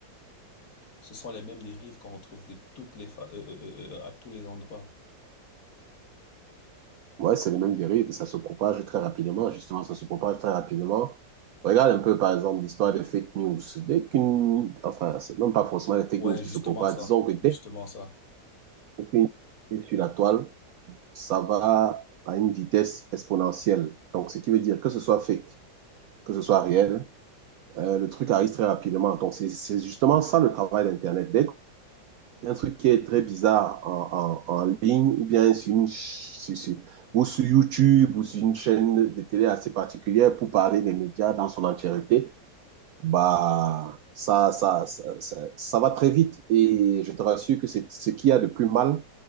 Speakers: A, on the left; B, on the right.
A: ce sont les mêmes dérives qu'on retrouve de toutes les fa- euh, euh, euh, euh, à tous les endroits.
B: Ouais, c'est les mêmes dérives et ça se propage très rapidement. Justement, ça se propage très rapidement. Regarde un peu, par exemple, l'histoire des fake news. Dès qu'une, enfin, c'est même pas forcément les fake
A: Ouais,
B: news qui
A: justement
B: se propagent.
A: ça,
B: Disons que dès
A: justement ça.
B: qu'une est sur la toile, ça va à une vitesse exponentielle. Donc, ce qui veut dire que ce soit fake, que ce soit réel, euh, le truc arrive très rapidement. Donc, c'est c'est justement ça le travail d'Internet. Dès un truc qui est très bizarre en, en- en ligne, ou bien sur une, ch- sur- sur- ou sur YouTube, ou sur une chaîne de télé assez particulière pour parler des médias dans son entièreté. Bah, ça, ça, ça, ça, ça va très vite. Et je te rassure que c'est ce qu'il y a de plus mal